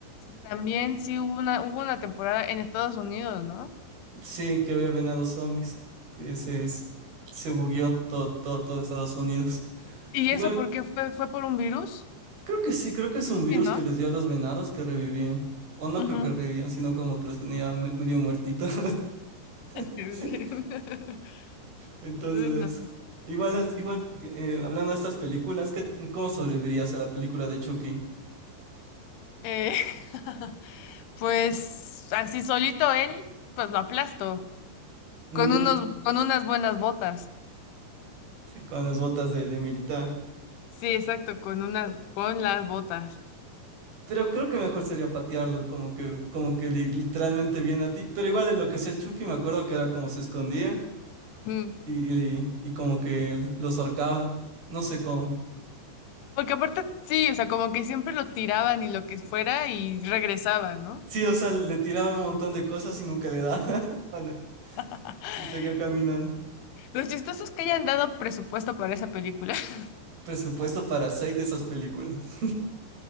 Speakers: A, on the left; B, on the right.
A: También sí hubo una, hubo una temporada en Estados Unidos, ¿no?
B: Sí, que había venados zombies. Que se, se bugueó todo, todo, todo Estados Unidos.
A: ¿Y
B: Igual
A: eso por qué fue? ¿Fue por un virus?
B: Creo que sí, creo que es un virus
A: Sí, ¿no?
B: que les dio a los venados que revivían. O no
A: Ujú.
B: creo que revivían, sino como que los tenía me- medio muertitos. <laughs>
A: Qué bien. <laughs>
B: Entonces,
A: Uy, no.
B: eso. Igual, es- igual eh, hablando de estas películas, ¿qué, cómo sobrevivirías a la película de Chucky?
A: Eh, <laughs> pues así solito él, Pues lo aplasto
B: Mm,
A: con unos, con unas buenas botas.
B: con las botas de, de militar.
A: Sí, exacto, con unas, con las botas.
B: Pero creo que mejor sería patearlo, como que, como que li- literalmente viene a ti. Pero igual en lo que sea Chucky, me acuerdo que era como se escondía
A: Mm.
B: y, y, y como que los ahorcaba. No sé cómo.
A: Porque aparte, sí, o sea, como que siempre lo tiraban y lo que fuera y regresaba, ¿no?
B: Sí, o sea, le tiraba un montón de cosas y nunca le daba <laughs> nada, mano,
A: <laughs>
B: y seguía caminando.
A: Los chistosos que hayan dado presupuesto para esa película. <laughs>
B: Presupuesto para seis de esas películas.